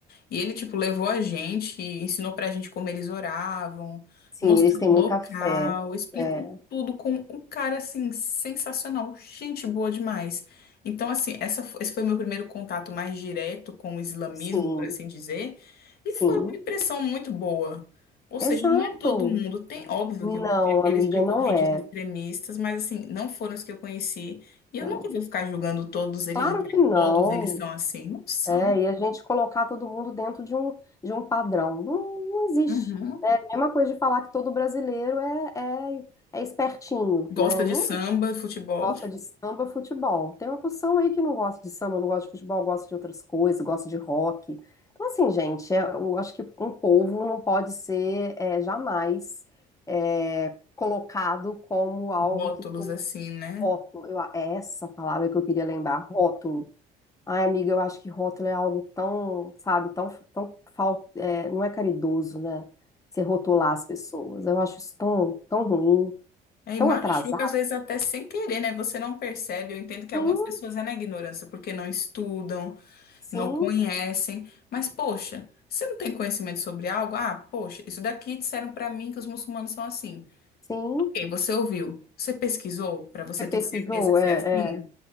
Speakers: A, on the left; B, on the left.
A: E ele, tipo, levou a gente, ensinou pra gente como eles oravam,
B: Sim,
A: mostrou
B: eles têm
A: o
B: muita
A: local,
B: fé.
A: explicou
B: É,
A: tudo com um cara, assim, sensacional, gente boa demais. Então, assim, essa, fo- esse foi o meu primeiro contato mais direto com o islamismo,
B: sim,
A: por assim dizer, e
B: sim.
A: foi uma impressão muito boa. Ou seja,
B: Exato.
A: não é todo mundo. Tem, óbvio
B: Não,
A: que vão ter aqueles
B: amiga,
A: de correntes
B: não é.
A: extremistas, mas, assim, não foram os que eu conheci. E eu
B: Não.
A: nunca vou ficar julgando todos eles,
B: Claro que não.
A: todos eles são assim. Não são.
B: É, e a gente colocar todo mundo dentro de um, de um padrão. Não, não existe.
A: Uhum.
B: É a mesma coisa de falar que todo brasileiro é, é, é espertinho,
A: Gosta
B: né?
A: de
B: Não
A: samba,
B: é
A: futebol,
B: gosta de samba, futebol. Tem uma porção aí que não gosta de samba, não gosta de futebol, gosta de outras coisas, gosta de rock. Então, assim, gente, é- eu acho que um povo não pode ser é, jamais é, colocado como algo
A: rótulos
B: que todo
A: assim, né?
B: rótulo. Eu- é essa palavra que eu queria lembrar, rótulo. Ai, amiga, eu acho que rótulo é algo tão, sabe, tão, tão fal... é, não é caridoso, né? Você rotular as pessoas. Eu acho isso tão, tão ruim,
A: É, e
B: tão
A: machuca
B: atrasado.
A: às vezes até sem querer, né? Você não percebe. Eu entendo que
B: Sim,
A: algumas pessoas é na ignorância, porque não estudam,
B: sim,
A: não conhecem. Mas, poxa, você não tem conhecimento sobre algo? Ah, poxa, isso daqui disseram pra mim que os muçulmanos são assim.
B: sim.
A: Ok, você ouviu? Você pesquisou pra você
B: Você
A: ter
B: pesquisou?
A: certeza se
B: É,
A: é assim?
B: é.